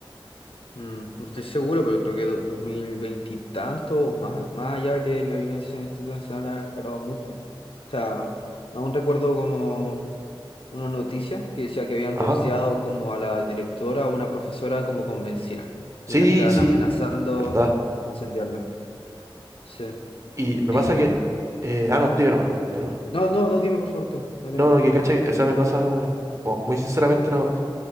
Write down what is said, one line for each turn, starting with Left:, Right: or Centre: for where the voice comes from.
Left: mm, no estoy seguro, pero creo que do- 2020 y tanto, o más, más allá que la violencia en el Instituto Nacional ha escalado mucho. O sea, aún recuerdo como... unas noticias que decía que habían
Right: Ajá.
Left: rociado como a la directora o una profesora como con benzina
Right: Sí,
Left: y la estaban
Right: sí,
Left: amenazando
Right: verdad.
Left: incendiarla. Sí.
Right: Y me
Left: Y,
Right: pasa que...
Left: ¿Mm?
Right: eh, ah,
Left: ¿Mm?
Right: no, dime nomás, dime nomás.
Left: No, no, no, dime por favor tú. Dale,
Right: No,
Left: no.
Right: lo que cacha, que- o sea, me pasa, como- muy sinceramente no.